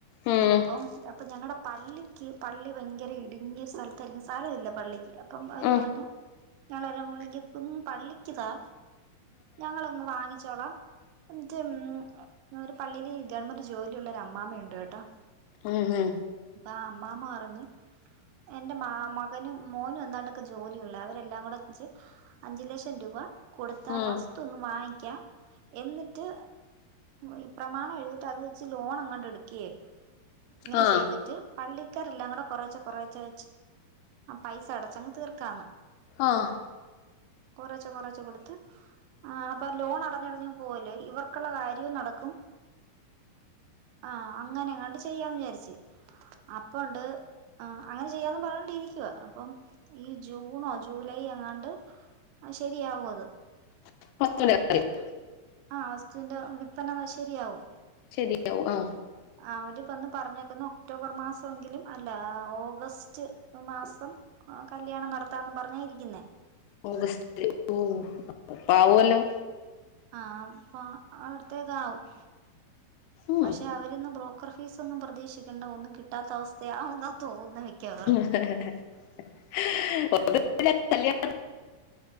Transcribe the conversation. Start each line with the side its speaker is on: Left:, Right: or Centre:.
Left: ഉം
Right: അപ്പൊ അപ്പൊ ഞങ്ങടെ പള്ളിക്ക് പള്ളി ഭയങ്കര ഇടുങ്ങിയ സ്ഥലത്തായിരിക്കും സ്ഥലമില്ല പള്ളിക്ക്‌ അപ്പം അവര്
Left: ഉം
Right: പറഞ്ഞു ഞങ്ങളെല്ലാം ഉളികിക്കും പള്ളിക്കുതാ ഞങ്ങളങ്ങ് വാങ്ങിച്ചോളാം എന്നിട്ട് ഉം ഒരു പള്ളിയില് ഗവൺമെന്റ് ജോലിള്ള ഒരു അമ്മാമ്മ ഉണ്ട് കേട്ടോ
Left: ഉം ഹു
Right: അപ്പ അമ്മാമ്മ പറഞ്ഞു എൻ്റെ മാ മകനും മോനും എന്താണ്ടൊക്കെ ജോലിയുള്ള അവരെല്ലാരുകൂടെ അഞ്ചു ലക്ഷം രൂപ കൊടുത്ത്
Left: ഉം ഉം
Right: ആ
Left: ഉം
Right: വസ്തു
Left: ഉം
Right: അങ്ങ് വാങ്ങിക്കാം എന്നിട്ട് ഈ പ്രമാണം എഴുതിട്ട് അത് വെച്ച് ലോൺ എങ്ങാണ്ട് എടുക്കയേ ഇങ്ങനെ
Left: ആഹ്
Right: ചെയ്തിട്ട് പള്ളിക്കാരെല്ലാം കൂടെ കുറേച്ചേ കുറേച്ചേവെച്ച് ആ പൈസ അടച്ചങ്ങ് തീർക്കാന്ന്
Left: ആഹ്
Right: കൊറേച്ചേ കൊറേച്ചേകൊടുത്ത് ആഹ് അപ്പൊ ലോൺ അടഞ്ഞ് അടഞ്ഞ് അങ്ങ് പോവുല്ലോ ഇവർക്കുള്ള കാര്യവും നടക്കു ആ അങ്ങനെ എങ്ങാണ്ട് ചെയ്യാന്ന് വിചാരിച്ച് അപ്പോ ഉണ്ട് അങ്ങനെ ചെയ്യാന്ന് പറഞ്ഞോണ്ടിരിക്കുവ അപ്പം ഈ ജൂൺ ഒ ജൂലൈ എങ്ങാണ്ട് ശരിയാവും അത്
Left: <unintelligible>
Right: ആ വസ്തുവിന്റെ വില്പന ശരിയാവും
Left: ശരിയാവും ആ
Right: അവര് വന്ന് പറഞ്ഞേക്കുന്നു. ഒക്ടോബർ മാസം എങ്കിലും അല്ല ഓഗസ്റ്റ് മാസം ആ കല്യാണം നടത്താന്ന് പറഞ്ഞാ ഇരിക്കുന്നെ.
Left: ഓഗസ്റ്റില് ഉം ഇപ്പം ആവോല്ലോ?
Right: ആ അപ്പൊ അവിട്ത്തേക്ക് ആവും.
Left: ഉം
Right: പക്ഷെ അവരിന്ന് ബ്രോക്കർ ഫീസൊന്നും പ്രതീക്ഷിക്കെണ്ട. ഒന്നും കിട്ടാത്ത അവസ്ഥയാ എന്നാ തോന്നുന്നേ മിക്കവാറും
Left: <inaudible> <unintelligible> ഓഗസ്റ്റിലാണ് കല്യാണം